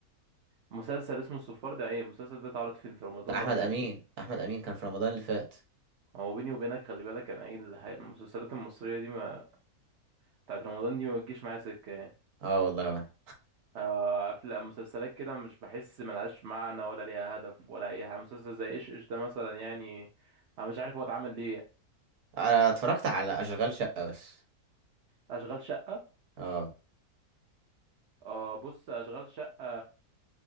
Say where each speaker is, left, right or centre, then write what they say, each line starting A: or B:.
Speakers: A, on the right; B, on the right.
A: مسلسل اسمه الصفار ده ايه المسلسل ده اتعرض فين في رمضان
B: بتاع
A: ولا
B: أحمد أمين
A: ايه
B: أحمد أمين كان في رمضان اللي فات
A: هو بيني وبينك خلي بالك انا ايه الح- المسلسلات المصريه دي ما بتاعت رمضان دي ما بتجيش معايا سكه يعني
B: اه والله وانا
A: آه، افلام مسلسلات كده مش بحس ملهاش معنى ولا ليها هدف ولا اي حاجه مسلسل زي ايش ايش ده مثلا يعني انا مش عارف هو اتعمل ليه يعني.
B: انا اتفرجت على اشغال شقه بس
A: اشغال شقه
B: اه
A: اه بص اشغال شقه